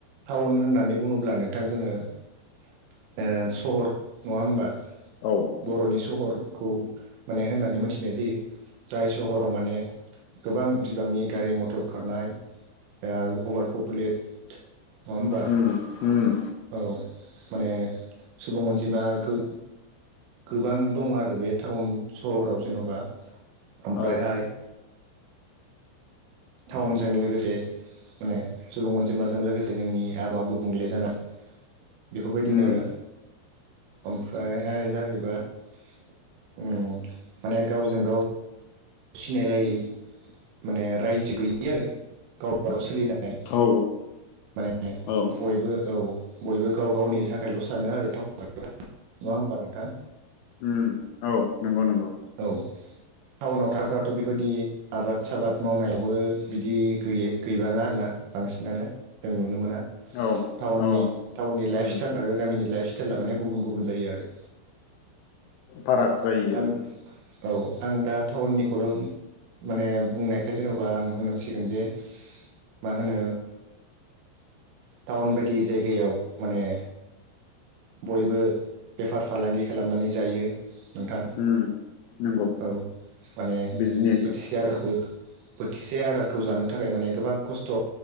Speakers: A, on the right; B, on the left.
A: टाउन होननानै बुङोब्ला नोंथां जोङो ओ सहर नङा होमबा।
B: औ
A: बरनि सहरखौ माने होननानै मोनथिनाय जायो। जाय सहराव माने गोबां बिबांनि गारि मथर खारनाय। ओ अभार पपुलेट नङा ओमबा?
B: उम उम
A: औ माने सुबुं अनजिमा गो गोबां दङ आरो बे टाउन सहराव जेनबा ओमफ्रायहाय
B: औ
A: टाउनजों लोगोसे माने सुबुं अनजिमाजों लोगोसे जोंनि आबाहावा गुबुंले जानाय बेफोरबायदिनो
B: उम
A: आरो ओमफ्रायहाय जाहैबाय ओ माने गावजों गाव सिनायलायै माने रायजो गैयै आरो गावबा गाव सोलिनाय
B: औ
A: माने
B: औ
A: बयबो औ। बयबो गाव गावनिनि थाखायल' सानो आरोना <unintelligible> ओमबा नोंथां?
B: उम औ नंगौ नंगौ।
A: औ टाउनाव थाग्राफोराथ' बेबायदि आबाद साबाद मावनायावबो बिदि गैयै गैबाङा आरोना बांसिनानो जों नुनो मोना
B: औ
A: टाउननि
B: औ
A: टाउननि लाइफ
B: उम
A: स्टाइल आरो गामिनि लाइफ स्टाइला माने गुबुन गुबुन जायो आरो।
B: फाराग जायो
A: आं
B: आरो
A: औ आं दा टाउननिखौल' माने बुंनायखाय जेनबा आं होनांसिगोन जे मा होनो टाउन बायदि जायगायाव माने बयबो बेफार फालांगि खालामनानै जायो नोंथां।
B: उम नंगौ
A: औ माने
B: बिजनेस
A: बोथिसे आदारखौ बोथिसे आदारखौ जानो थाखाय माने गोबां खस्थ'